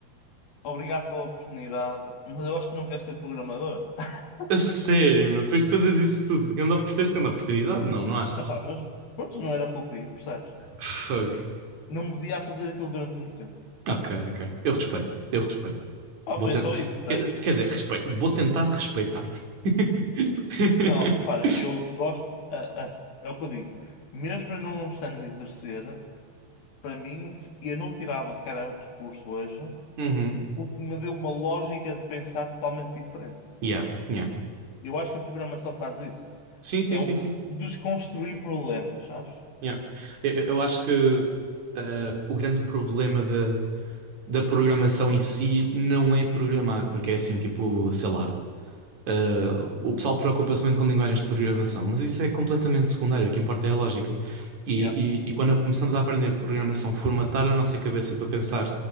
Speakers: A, on the left; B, on the right.
A: obrigado pela oportunidade, mas eu acho que não quero ser programador. <laughs>
B: A sério, meu. Depois de fazeres isso tudo, ganda, tens grande oportunidade? Não, não achas?
A: Ah, pá, mas pronto, não era o que eu queria, percebes?
B: Fogo.
A: Não me via a fazer aquilo durante muito tempo.
B: Ok, ok. Eu respeito. Eu respeito.
A: Pá,
B: Vou
A: foi
B: tentar.
A: só isso, percebes?
B: Quer, quer dizer, respeito. Vou tentar respeitar. <laughs>
A: Não, repara, eu gosto, a- a- é o que eu digo, mesmo eu não estando a exercer, para mim, f- eu não tirava se calhar outro curso hoje,
B: Uhum.
A: porque me deu uma lógica de pensar totalmente diferente.
B: Yeah. Yeah.
A: Eu acho que a programação faz isso,
B: Sim, sim,
A: é
B: sim,
A: o
B: sim.
A: desconstruir problemas, sabes?
B: Yeah. Eu, eu- acho que eh, o grande problema da, da programação em si não é programar, porque é assim, tipo, sei lá, eh, o pessoal preocupa-se muito com linguagens de programação, mas isso é completamente secundário, o que importa é a lógica. E,
A: Yeah.
B: e, e quando começamos a aprender programação, formatar a nossa cabeça para pensar